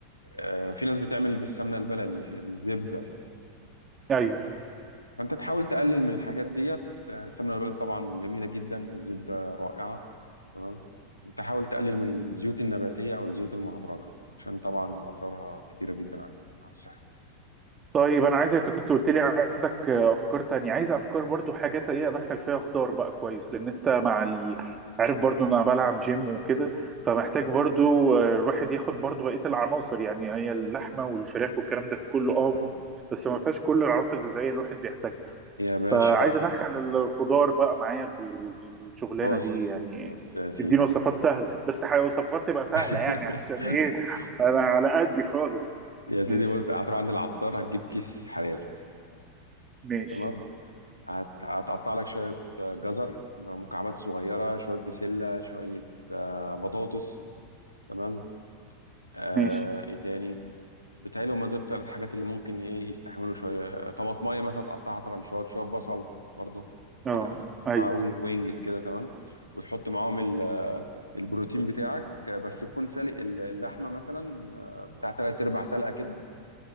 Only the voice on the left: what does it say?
آه، في ناس بتعمل بالسمنه البلدي في- بالزبده
فانت تحاول تقلل من الحاجات ديت آه، السمنه البلدي طبعا جميله جدا الزبده رائعه تمام انت حاول تقلل من الزيوت النباتيه او الزيوت المهدرجه عشان طبعا اضرارها كتيره جدا على على الصحه
آه.
يا باشا
بص
بص يا سيدي
<laughs>
يا سيدي
بص هتروح عند العطار هتجيب كيس حراري
تمام هت- هتقطع لك شويه آه، جزر بمكعبات صغيره شويه بسله شويه آه، بطاطس تمام آه
ايه تاني بتهيألي هما دول التلات حاجات اللي ممكن ايه يستحملوا شوية طماطماية مثلا تقطعها ترنشات شوية بصل برضو
تقطعها
وين- وينجز كده تمام وتحط معاهم ال- البروتين بتاعك آه، بس تكون سالق ال- اللحمة مثلا آه، بتاع تلات أرباع سلقة كده